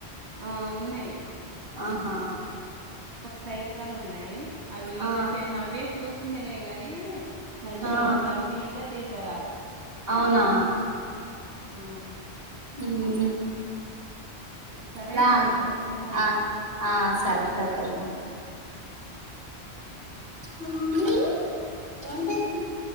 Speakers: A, on the right (about 85°); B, on the right (about 60°).
A: ఆ ఉన్నాయి
B: ఆహా
A: సైడు క్కనున్నాయి అవి ఇగ
B: ఆ
A: చిన్నవే చూసిందిలే గాని మంచిగా
B: ఆ
A: ఆమె కనిపీక తీసారు అలా
B: అవునా
A: ఊ
B: ఊ ఉ
A: సరే
B: లాను
A: చందు ఉంటాన్న
B: ఆ ఆ సరే సరే వదినా మమ్మీ ఏం చేస్తున్నావ్